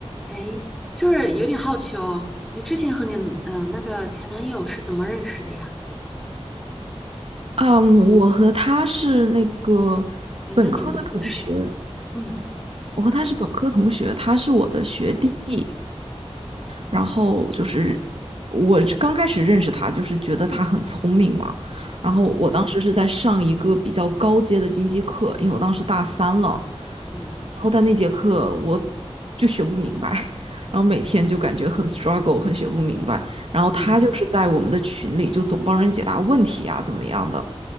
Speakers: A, in the centre; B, on the right.
A: 哎，就是有点好奇哦，你之前和你嗯、呃那个前男友是怎么认识的呀？
B: 嗯，我和他是那个本科的同学，
A: 讲讲你们的故事。嗯，
B: 我和他是本科同学，
A: 好，
B: 他是我的学弟。然后就是我刚开始认识他，就是觉得他很聪明嘛。然后我当时是在上一个比较高阶的经济课，
A: 嗯
B: 因为我当时大三了。
A: 嗯
B: 然后在那节课我就学不明白，<laughs> 然后每天就感觉很 struggle，很学不明白。然后他就是在我们的群里就总帮人解答问题啊，
A: 嗯，
B: 怎么样的。